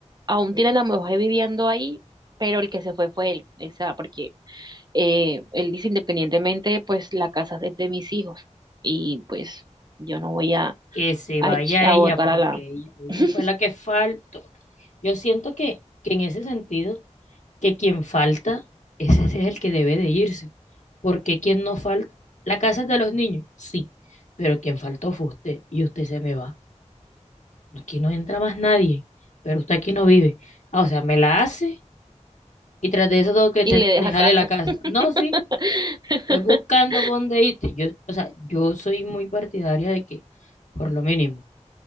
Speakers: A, on the right; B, on the left.
A: aún tiene la mujer viviendo ahí, pero el que se fue fue él, o sea, porque eh, él dice independientemente, pues la casa es de mis hijos y pues yo no voy a,
B: que se
A: a,
B: vaya
A: ech- a
B: ella,
A: botar
B: porque
A: a la...
B: ella, ella
A: <laughs>
B: fue la que faltó. Yo siento que, que en ese sentido, que quien falta, ese es el que debe de irse, porque quien no falta, la casa es de los niños, sí, pero quien faltó fue usted y usted se me va. Aquí no entra más nadie, pero usted aquí no vive. Ah, o sea, me la hace y tras de eso tengo que
A: y
B: te-
A: le deja
B: dejarle
A: casa.
B: la casa. No, sí,
A: <laughs>
B: es buscando por dónde irte. Yo, o sea, yo soy muy partidaria de que, por lo mínimo,